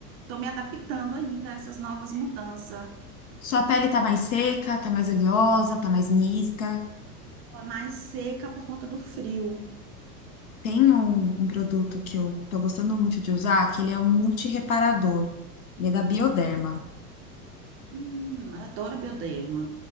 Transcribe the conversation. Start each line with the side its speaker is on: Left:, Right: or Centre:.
Right: tô me adaptando ainda a essas novas mudanças.
Left: Sua pele tá mais seca, tá mais oleosa, tá mais mista.
Right: Tô Mais seca por conta do frio.
Left: Tem um, um produto que eu tô gostando muito de usar, que ele é um multireparador. Ele é da Bioderma.
Right: Hum, eu adoro bioderma.